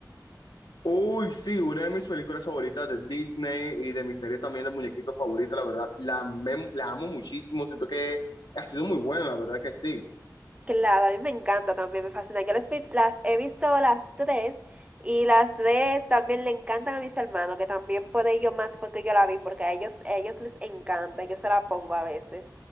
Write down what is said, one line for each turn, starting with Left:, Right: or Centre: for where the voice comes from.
Left: Uy, sí, una de mis películas favoritas de Disney y de mi serie también de muñequitos favorita, la verdad, la, amé- la amo muchísimo, siento que ha sido muy buena, la verdad que sí.
Right: Claro, a mí me encanta también, me fascina. Yo las, las he visto las tres y las tres también le encantan a mis hermanos, que también por ello más foto yo la vi, porque a ellos, a ellos les encanta, yo se la pongo a veces.